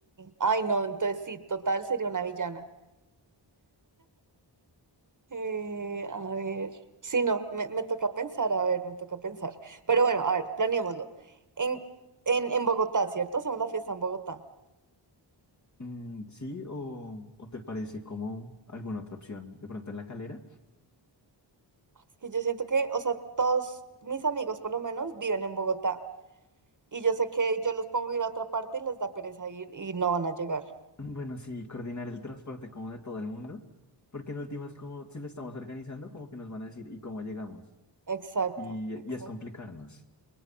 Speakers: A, on the right (about 45°); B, on the left (about 40°).
A: Ay, no, entonces sí, total sería una villana. Eh, a ver. Sí, no, me, me toca pensar, a ver, me toca pensar. Pero bueno, a ver, planeémoslo. En, en, en Bogotá, ¿cierto? Hacemos la fiesta en Bogotá.
B: Mm, sí, o, o te parece como alguna otra opción? ¿De pronto en la calera?
A: Es que yo siento que, o sea, todos mis amigos por lo menos viven en Bogotá. Y yo sé que yo los pongo a ir a otra parte y les da pereza ir y no van a llegar.
B: Bueno, sí, coordinar el transporte como de todo el mundo, porque en últimas, como si lo estamos organizando, como que nos van a decir, ¿y cómo llegamos?
A: Exacto,
B: Y,
A: exacto.
B: y es complicarnos.